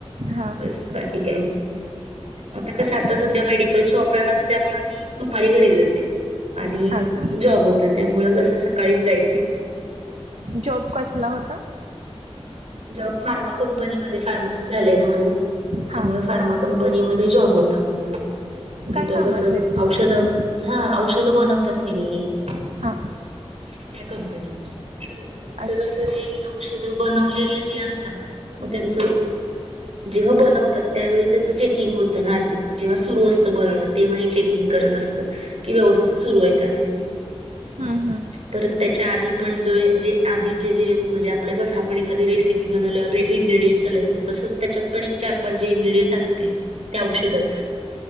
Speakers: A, on the right; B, on the right.
A: हा
B: बस बाकी काय नाही. आता कसं
A: अच्छा
B: आता सध्या मेडिकल शॉप आहे माझं त्यामुळे मी दुपारी घरी जाते. आधी
A: हा का
B: जॉब होता त्यामुळ कसं सकाळीच जायची.
A: जॉब कसला होता.
B: जॉब फार्मा कंपनीमध्ये फार्मसी झालंय ना! माझं.
A: हा
B: त्यामुळे फार्मा कंपनी मध्ये जॉब होता माझा. तिथं
A: काय काम
B: कस
A: असायचं तिथं
B: औषध हां औषध बनवतात किनी <unintelligible> त्या
A: हा
B: कंपनीमध्ये मग तिंथ
A: अच्छा
B: कसे जे औष ध बनवलेली जे असतात मग त्यांच जेव्हा बनवतात त्यावेळी त्याच चेकिंग होतं ना आधी जेव्हा सुरू असतं बनवणं तेव्हा चेकिं ग करत असतात कि व्यवस्थित सुरू आहे का नाही.
A: हां हां.
B: परत त्याच्या आधी पण जे- जे आधीचे जे म्हणजे आपल्या कसं आपण एखादी रेसिपी बनवल्यावर इनग्रेडीयंट सगळे अस तसच त्याच्यात पण एक चार पाच जे इनग्रेडियंट असते. त्या औषधांत